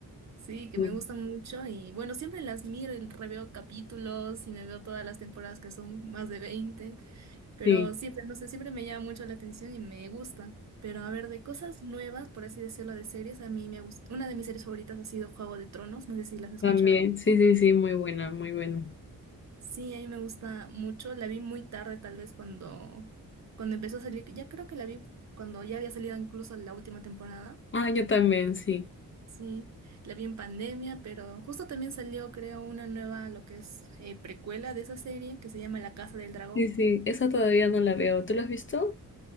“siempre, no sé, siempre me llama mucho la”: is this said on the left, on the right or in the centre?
Right